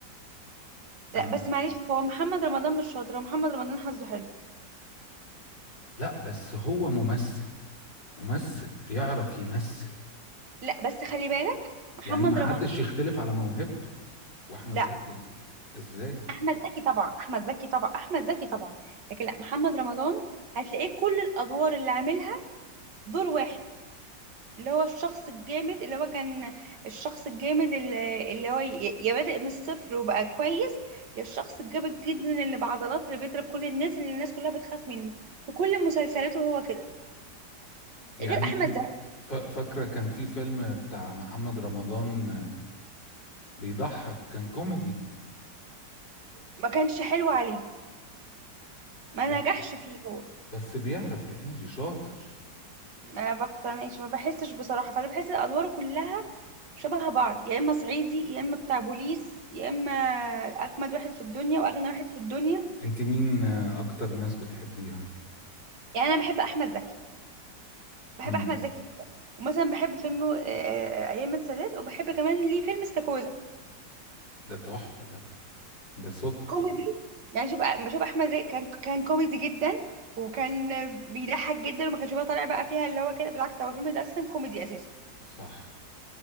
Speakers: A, on the left (about 80°); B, on the right (about 75°).
A: انا
B: لا بس معلش هو محمد رمضان مش شاطر هو محمد رمضان حظه حلو
A: لا بس هو ممثل ممثل بيعرف يمثل
B: لا بس خلي بالك محمد
A: يعني ما حدش
B: رمضان
A: يختلف على موهبته واحمد
B: لا
A: زكي ازاي
B: احمد زكي طبعا احمد زكي طبعا احمد زكي طبعا لكن لا محمد رمضان هتلاقيه كل الادوار اللي عاملها دور واحد اللي هو الشخص الجامد اللي هو كان الشخص الجامد اللي اللي هو ي- يا بادئ من الصفر وبقى كويس يا الشخص الجامد جدا اللي بعضلات اللي بيضرب كل الناس اللي الناس كلها بتخاف منه في كل مسلسلاته هو كده
A: يعني
B: غير احمد
A: انت
B: زكي
A: ف- فاكره كان في فيلم بتاع محمد رمضان بيضحك كان كوميدي
B: ما كانش حلو عليه ما
A: بس
B: نجحش فيه هو
A: بس بيعرف يا انجي شاطر
B: ما بقتنعش ما بحسش بصراحة فأنا بحس الأدوار كلها شبه بعض يا إما صعيدي يا إما بتاع بوليس يا إما أجمد واحد في الدنيا وأغنى واحد في الدنيا
A: انت مين اكتر ناس بتحبيها
B: يعني أنا بحب أحمد زكي بحب
A: مم.
B: أحمد زكي جدا ومثلا بحب فيلم آه، آه، أيام السادات وبحب كمان ليه فيلم استاكوزا
A: ده تحفه ده ده سكر
B: كوميدي يعني شوف آه، شوف أحمد زكي كان كان كوميدي جدا وكان بيضحك جدا وما كانش بقى طالع بقى فيها اللي هو كده بالعكس هو الفيلم ده أصلا كوميدي أساسا
A: صح